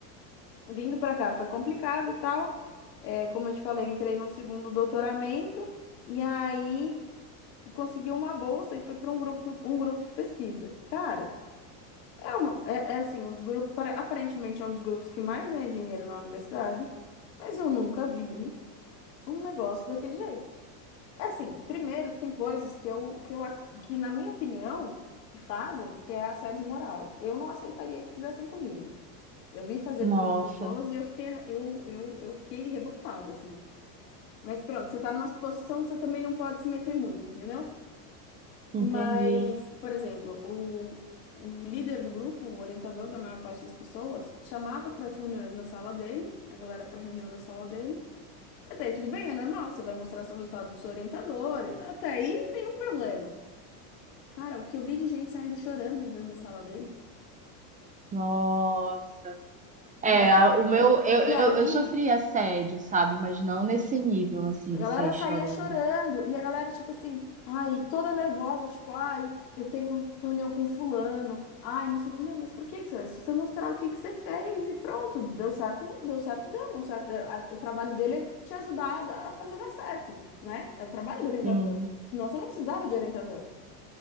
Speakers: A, on the left; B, on the right.
A: vindo pra cá foi complicado e tal. É, como eu te falei, entrei no segundo doutoramento e aí consegui uma bolsa e fui para um grupo, um grupo de pesquisa. Cara, é uma, é, é assim, um dos grupos, para- aparentemente é um dos grupos que mais ganha dinheiro na universidade, mas eu nunca vi um negócio daquele jeito. É assim, primeiro que tem coisas que eu, que eu, ac- que na minha opinião, que fazem, que é assédio moral. Eu não aceitaria que fizessem comigo. Eu vi fazer
B: Nossa,
A: com outras pessoas e eu fiquei, eu, eu, eu fiquei revoltada, assim. Mas pronto, você tá numa posição que você também não pode se meter muito, entendeu?
B: entendi.
A: Mas, por exemplo, o, o líder do grupo, o orientador da maior parte das pessoas, chamava para as reuniões na sala dele, a galera para reunião na sala dele, até aí tudo bem, é normal, você vai mostrar seu resultado pro seu orientador, e até aí nenhum problema. Cara, o que eu vi de gente saindo chorando de dentro da sala dele?
B: Nossa. É,
A: E aí,
B: a- o meu, eu,
A: e aí,
B: eu, eu sofri assédio, sabe? Mas não nesse nível, assim,
A: a
B: de
A: galera
B: sair
A: saía
B: chorando.
A: chorando, e a galera, tipo assim, ai, toda nervosa, tipo, ai, eu tenho reunião com fulano, ai, não sei o que, Meu, mas por que que você? Se você mostrar o que que você fez e pronto, deu certo, não deu certo, deu, não certo. deu. A- O trabalho dele é te ajudar a dar- a fazer dar certo, né? É o trabalho do orientador.
B: Sim,
A: Senão você não precisava de orientador.